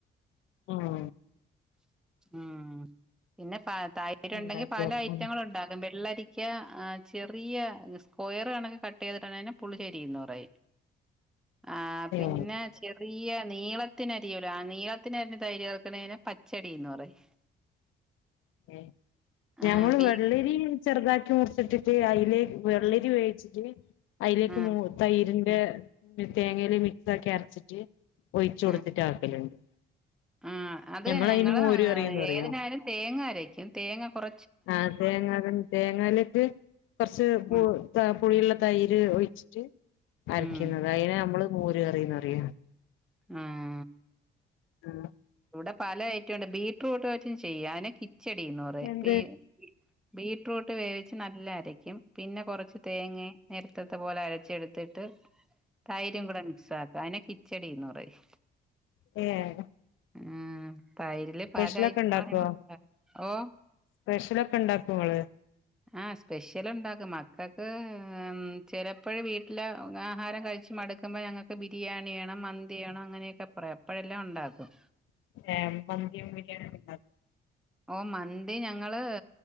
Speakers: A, on the left; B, in the centre.
A: ഉം
B: ഉം പിന്നെ പ തൈ രൊണ്ടെങ്കിൽ
A: ഉണ്ടാക്കിയോക്കണം
B: പല ഐറ്റങ്ങളുണ്ടാക്കാം വെള്ളരി ക്ക്യ ചെറിയ സ്ക്വയർ കണക്കെ കട്ട് ചെയ്തിട്ടാണെ അയ്‌ന് പുളിശേരിന്ന് പറയും <inaudible> ആഹ് പിന്നെ
A: ഏഹ്
B: ചെറിയ നീളത്തിനരിയോലോ ആഹ് നീളത്തിനരിഞ്ഞ് തൈര് വെക്കണേനെ പച്ചടിന്ന് പറയും
A: ഏഹ് ഞങ്ങള്
B: ആ ബീ
A: വെള്ളരി ചെറുതാക്കി മുറിച്ചിട്ടിട്ട് അതിലേക്ക് വെള്ളരി വേവിച്ചിട്ട് അതിലേക്ക്
B: ഉം
A: മൂ തൈരിന്റെ തേങ്ങേല് മിക്സ് ആക്കി അരച്ചിട്ട് ഒഴിച്ച് കൊടുത്തിട്ട്
B: ഉം
A: ആക്കല്ണ്ട്
B: ആ അത്
A: ഞമ്മള്
B: ഞങ്ങള്
A: അയ്ന് മോര് കറിന്ന് പറയും
B: ഏതിനായാലും തേങ്ങ അരയ്ക്കും തേങ്ങ കൊറ
A: ആഹ് തേങ്ങ അതൻ തേങ്ങാലേക്ക് കൊറച്ച് പൂ
B: ഉം
A: ട്ടാ പുളിയുള്ള തൈര് ഒഴിച്ചിട്ട് അരക്കുന്നത്
B: ഉം
A: അതിനെ നമ്മള് മോര് കറിന്ന് പറയും
B: ആഹ്
A: ആഹ്
B: ഇവിടെ പല ഐറ്റംണ്ട് ബീട്രൂട്ട് വെച്ചും ചെയ്യാ അയ്‌നെ കിച്ചടി എന്ന് പറയും
A: എന്ത്
B: പീ ബീട്രൂട്ട് വേവിച്ച് നല്ല അരയ്ക്കും പിന്നെ കൊറച്ച് തേങ്ങേ നേരത്തത്തെ പോലെ അരച്ച് എടുത്തിട്ട് തൈരും കൂടെ മിക്സ് ആക്കി അയിനെ കിച്ചടി എന്ന് പറയും
A: യേ
B: ഉം തൈരില്
A: സ്പെഷ്യലൊക്കെ
B: പല ഐറ്റങ്ങള്
A: ഉണ്ടാക്കുവോ
B: ഞങ്ങള് അഹ് ഓ
A: സ്പെഷ്യലൊക്കെ ഇണ്ടാക്കുവോ ഇങ്ങള്
B: ആഹ് സ്പെഷ്യലാ ഇണ്ടാക്കും മക്കക്ക് ഉം ചെലപ്പഴ് വീട്ടില് ആഹാരം കഴിച്ച് മടു ട്ടുമ്പ ഞങ്ങൾക്ക് ബിരിയാണി വേണം മന്തി വേണം അങ്ങനെ ഒക്കെ പറയും എപ്പഴെല്ലാം ഒണ്ടാക്കും
A: ഏഹ് മന്തിയും ബിരിയാണിയും ഒക്കെ ഇണ്ടാക്കും
B: ഓഹ് മന്തി ഞങ്ങള്